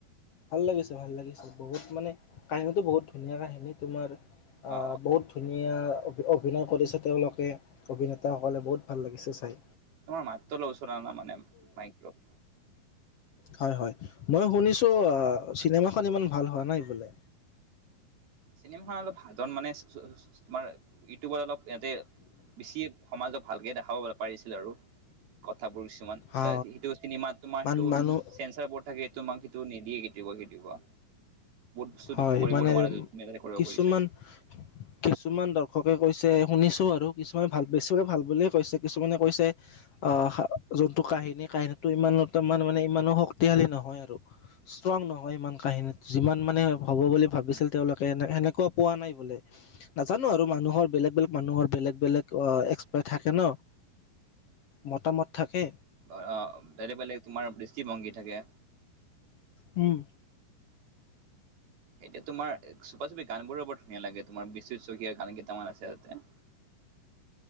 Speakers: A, on the left; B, on the right.
A: ভাল লাগিছে, ভাল লাগিছে বহুত মানে কাহিনীতটো বহুত ধুনীয়া কাহিনী তোমাৰ।
B: অ
A: বহুত ধুনীয়া অভিনয় কৰিছে, তেওঁলোকে অভিনেতা সকলে বহুত ভাল লাগিছে। এচাই।
B: তোমাৰ মাতটো অলপ ওচৰলৈ অনা মানে মাইকটো।
A: হয় হয় মই শুনিছো অ, চিনেমা খন ইমান ভাল হোৱা নাই বোলে।
B: চিনেমা খন অলপ সাধন মানে তোমাৰ ইউটিউবৰ অলপ ইয়াতে বেছি সমাজক ভালকে দেখাব পা পাৰিছিল আৰু কথাবোৰ কিছুমান। এইতা
A: অ
B: ইটো চিনেমাত তোমাৰ
A: মান
B: সেইটো
A: মানুহ
B: চেন্ঞ্চাৰ বৰ্ড থাকে তোমাৰ। টো নিদিয়ে কেতিয়াবা কেতিয়াবা। বস্তু
A: হয়,
B: কৰিব
A: মানে
B: নোৱাৰা তুমি তাতে কৰিব
A: কিছুমান
B: <inaudible>
A: কিছুমান দৰ্শকে কৈছে শুনিছো আৰু কিছুমানে ভাল বেছি ভাগ ভাল বুলিয়ে কৈছে কিছুমানে কৈছে। আঁহ যোনটো কাহিনী কাহিনীটো ইমান তা মানে ইমানো শক্তিশালী নহয় আৰু। ষ্ট্ৰং নহয়, ইমান কাহিনীত যিমান মানে হ'ব বুলি ভাবিছিল
B: উম,
A: তেওঁলোকে। তে সেনেকুৱা পোৱা নাই বোলে। নাজানো আৰু মানুহৰ বেলেগ, বেলেগ মানুহৰ বেলেগ, বেলেগ এক্সপাত থাকে ন। মতামত থাকে।
B: অঁ বেলেগ বেলেগ তোমাৰ দৃষ্টিভংগী থাকে।
A: উম।
B: এতিয়া তোমাৰ চুপা চুপি গান বোৰো বৰ ধুনীয়া লাগে তোমাৰ বিশ্বজিত শকীয়াৰ গান কেইটামান আছে তাতে।